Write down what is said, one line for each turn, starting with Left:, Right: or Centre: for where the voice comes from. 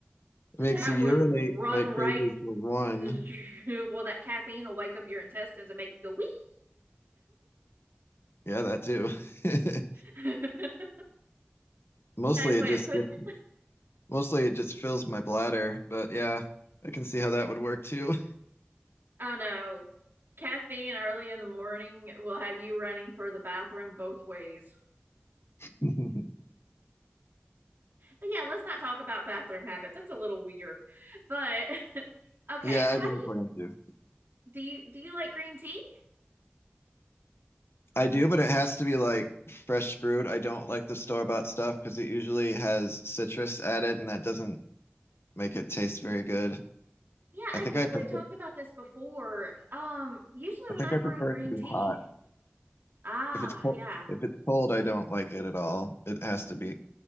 Left: It
Right: That
Left: makes you urinate
Right: would run
Left: like
Right: right.
Left: crazy for one.
Right: <laughs> Well, that caffeine will wake up your intestines and make you go wee.
Left: Yeah, that too. <laughs>
Right: <laughs>
Left: Mostly
Right: Nice way
Left: it just
Right: of putting
Left: gets,
Right: it.
Left: mostly it just fills my bladder, but yeah, I can see how that would work too.
Right: Oh no. Caffeine early in the morning will have you running for the bathroom both ways.
Left: <laughs>
Right: But yeah, let's not talk about bathroom habits. That's a little weird. But <laughs> okay,
Left: Yeah,
Right: how
Left: I didn't
Right: do you
Left: plan to.
Right: do you do you like green tea?
Left: I do, but it has to be like fresh brewed. I don't like the store-bought stuff because it usually has citrus added and that doesn't make it taste very good.
Right: Yeah,
Left: I
Right: I
Left: think
Right: think
Left: I prefer
Right: we've talked about this before. Um, usually
Left: I
Right: when
Left: think
Right: I
Left: I
Right: brew
Left: prefer
Right: green
Left: it to be
Right: tea,
Left: hot.
Right: ah,
Left: If it's cold,
Right: yeah,
Left: if it's cold, I don't like it at all. It has to be